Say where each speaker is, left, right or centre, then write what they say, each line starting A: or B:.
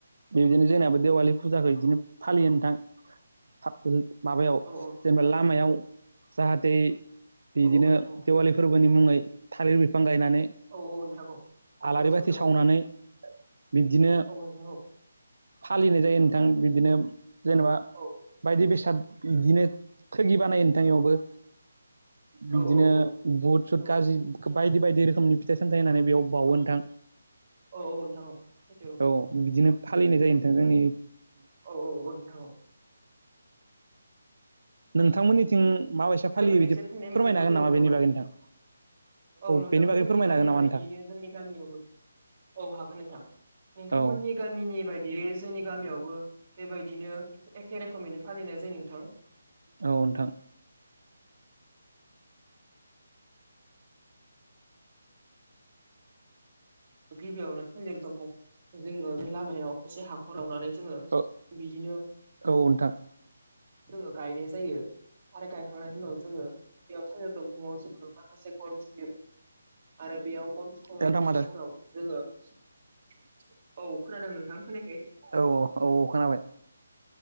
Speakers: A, on the right (about 75°); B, on the right (about 30°).
A: बिदिनो जोंनाबो देवालि फुजाखौ इदिनो फालियो नोंथां <unintelligible> माबायाव
B: औ औ
A: जेनेबा लामायाव जाहाते बिदिनो
B: औ नोंथां
A: देवालिफोर बोनि मुङै थालिर बिफां गायनानै
B: औ औ नोंथां औ
A: आलारि
B: औ सैथो
A: बाथि सावनानै बिब्दिनो
B: औ नोंथां औ
A: फालिनाय जायो नोंथां बिदिनो जेनेबा
B: औ
A: बायदि बेसाद बिदिनो थोगि बानायो नोंथां इयावबो बिदिनो
B: औ औ औ
A: बुट
B: सैथो
A: सुट गाजि बायदि बायदि रोखोमनि फिथाइ सामथाइ होनानै बेयाव बावो नोंथां
B: औ औ नोंथां औ सैथो
A: औ बिदिनो फालिनाय जायो नोंथां जोंनि
B: औ औ औ नोंथां औ
A: नोंथांमोननिथिं माबायसे फालियो
B: बे मोननैसो
A: बिदि
B: फिननाय
A: फोरमायनो
B: मोननो लुबैबावो
A: हागोन नामा बेनि बागै नोंथां?
B: औ नोंथांमोननि
A: बेनि बागै फोरमायनो
B: गामि
A: हागोन नामा
B: बायदियैनो
A: नोंथां
B: जोंनि गामियावबो औ हागोन नोंथां नोंथांमोननि
A: औ
B: गामिनि बायदि बे जोंनि गामियावबो बेबायदिनो एखे रोखोमैनो फालिनाय जायो नोंथां
A: औ नोंथां
B: गिबियावनो थालिर दंफां खौ जोङो बे लामायाव एसे हाखर जावनानै जोङो
A: औ
B: बिदिनो
A: औ नोंथां
B: <unintelligible> गायनाय जायो आरो गायखांनायनि उनाव जोङो बेयाव थालिर दंफाङाव जोङो माखासे गन थुयो आरो बेयाव गन थुखांनायनि
A: नोंथां माथो
B: उनाव जोङो औ खोनादों नोंथां खोनायाखै
A: औ औ खोनाबाय